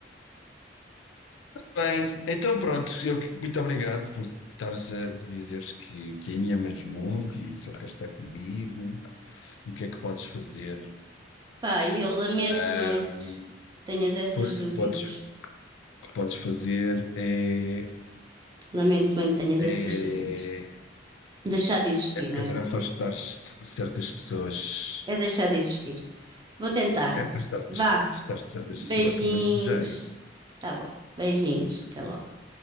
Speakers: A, on the left; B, on the right.
A: Bem, então pronto, eu, que- muito obrigado por estares a dizeres que, que aí me amas muito e só queres estar comigo e o que é que podes fazer.
B: Pá, e eu lamento
A: Ahm,
B: muito que tenhas essas
A: pois,
B: dúvidas.
A: o que podes, o que podes fazer é,
B: Lamento muito que tenhas
A: é,
B: essas dúvidas. Deixar de existir,
A: é se
B: não
A: calhar
B: é?
A: afastar-te de certas pessoas,
B: É deixar de existir. Vou tentar.
A: é afastar-te
B: Vá.
A: afastar-te de certas
B: Beijinhos.
A: pessoas, pelo menos já
B: Tá bom. Beijinhos. Até logo.